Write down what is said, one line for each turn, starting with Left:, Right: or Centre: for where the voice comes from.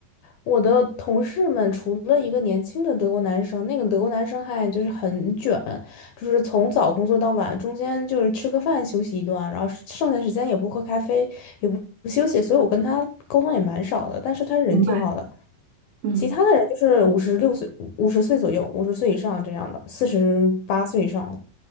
Left: 我的同事们，除了一个年轻的德国男生，那个德国男生还就是很卷，就是从早工作到晚，中间就是吃个饭休息一段，然后剩下时间也不喝咖啡，也不不休息，所以我跟他沟通也蛮少的，但是他人挺好的。
Right: 明白。嗯，
Left: 其他的人就是五十六岁、五十岁左右、五十岁以上这样的，四十八岁以上